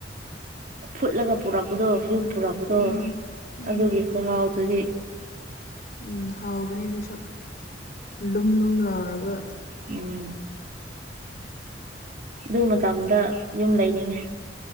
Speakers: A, on the right; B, on the left.
A: ꯐꯨꯠꯂꯒ ꯄꯨꯔꯛꯄꯗꯣ ꯌꯨꯝ ꯄꯨꯔꯛꯄꯗꯣ
B: ꯎꯝ ꯎꯝ
A: ꯑꯗꯨꯒꯤ ꯈꯨꯍꯥꯎꯗꯨꯒꯤ
B: ꯎ ꯍꯥꯎꯕꯅꯤꯑꯗꯨꯁꯨ ꯂꯨꯝ ꯂꯨꯝ ꯂꯥꯎꯔꯒ
A: ꯎꯝ ꯑꯗꯨ ꯃꯇꯝꯗ ꯌꯨꯝ ꯂꯩꯅꯤꯡꯉꯦ